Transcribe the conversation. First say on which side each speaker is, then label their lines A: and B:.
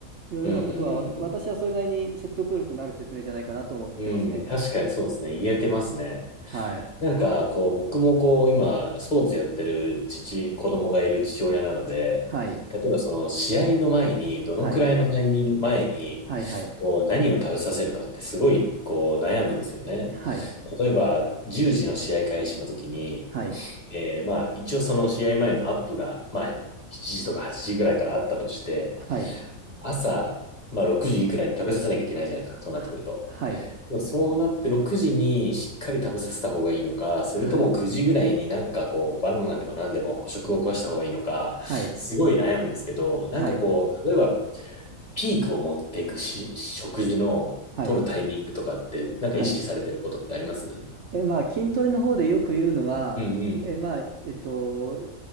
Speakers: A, on the right; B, on the left.
A: いうようなことはわ私はそれなりに説得力のある説明じゃないかなと思ってますね。
B: うん、うん、うん、うん。うん、確かにそうですね。言えてますね。
A: はい。
B: なんか、こう、僕もこう、今、スポーツやってる父、子供がいる父親なので、
A: はい。
B: 例えばその試合の前に、どのくらいのタイミング前に、
A: はい。はい。はい。
B: こう、何を食べさせるかってすごい、こう、悩むんですよね。
A: はい。
B: 例えば、10時の試合開始の時に、
A: はい。
B: えーまあ、一応その試合前のアップが、まあ、7時とか8時ぐらいからあったとして、
A: はい。
B: 朝、まあ、6時いくらいに食べさせなきゃいけないじゃないですか、そうなってくると。
A: ははい。
B: そうなって6時にしっかり食べさせた方がいいのか、それとも9時ぐらいになんかこうバナナでも何でも捕食を食わした方がいいのか、
A: はい。はい。
B: すごい悩むんですけど、なんかこう、
A: はい。
B: 例えばピークを持っていくし、食事の取るタイミングとかって、
A: はい。
B: なんか意識されてることってありますう
A: はい。え、まあ、筋トレの方でよく言うのは、
B: んうん
A: え、まあ、えっと、